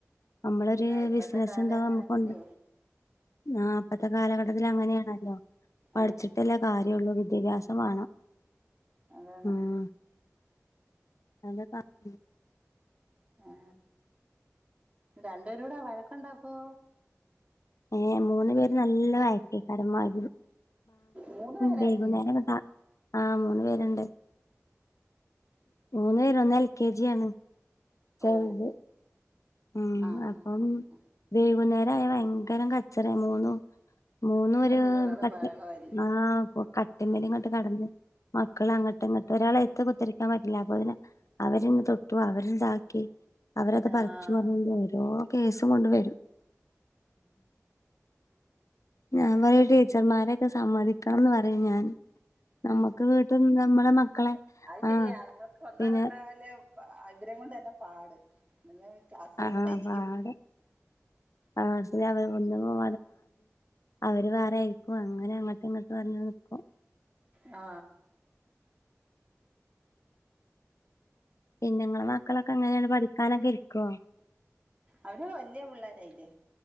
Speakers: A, on the left; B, on the right.
A: നമ്മളൊരു
B: അതെ ഇപ്പഴത്തെ
A: ബിസിനസ്
B: കാലം
A: എന്താ
B: അങ്ങനെയല്ലേ
A: നമുക്കുണ്ട് ആ ഇപ്പത്തെ കാലഘട്ടത്തിൽ അങ്ങനെയാണല്ലോ. പഠിച്ചിട്ടല്ല
B: ആ
A: കാര്യമുള്ളൂ വിദ്യാഭ്യാസം വേണം.
B: അതെ.
A: ഉം <unintelligible>
B: ആ രണ്ടുപേര് കൂടെ വഴക്കുണ്ടാക്കോ?
A: ഏ മൂന്ന് പേര് നല്ല വഴക്കേക്കാരം <unintelligible>
B: മൂന്ന് പേരല്ലയോ
A: വൈകുന്നേരംങ്ങട്ടാ ആ മൂന്നു പേരുണ്ട്. മൂന്ന് പേര് ഒന്ന് എൽ കെ ജി ആണ് ചെറുത്.
B: ഓ
A: ഉം
B: ആ ആ
A: അപ്പം
B: ആ ആ
A: വൈകുന്നേരായ ഭയങ്കരം കച്ചറ മൂന്നും മൂന്നും
B: ആ
A: ഒരു
B: ഒരാള്
A: കട്ട
B: ബഹളമായിരിക്കും
A: ആ കട്ടിമ്മല് ഇങ്ങോട്ട് കടന്ന് മക്കൾ അങ്ങട്ട് ഇങ്ങോട്ട് ഒരാളെ എത്ത് കുത്തിരിക്കാൻ പറ്റില്ല അപ്പൊ അവരിന്ന് തൊട്ടു അവര്താക്കി അവരൊക്കെ
B: ആ
A: പറ <unintelligible> ഓരോ കേസും കൊണ്ട് വരും. ഞാൻ പറയ ടീച്ചർമാരൊക്കെ സമ്മതിക്കണന്ന് പറയും ഞാൻ നമ്മുക്ക് വീട്ടിൽ നിന്ന് നമ്മളെ മക്കളെ
B: അത് ശരിയാ
A: ആഹ്
B: നമ്മുക്ക് ഒന്നോ
A: പിന്നെ
B: രണ്ടാല ഇവരം കൊണ്ട് തന്നെ പാട് ക്ലാസ്സിൽ
A: ആ
B: എന്തായിരിക്കും
A: പാട് <unintelligible> അവര് വേറെ ആയിരിക്കും അങ്ങനെ അങ്ങട്ട ഇങ്ങോട്ട് പറഞ്ഞ് നിക്കും
B: ആ
A: പിന്നെ നിങ്ങളെ മക്കളൊക്കെ എങ്ങനെയാണ് പഠിക്കാനൊക്കെ ഇരിക്കുവോ
B: അവര് വല്യ പിള്ളോരായില്ലേ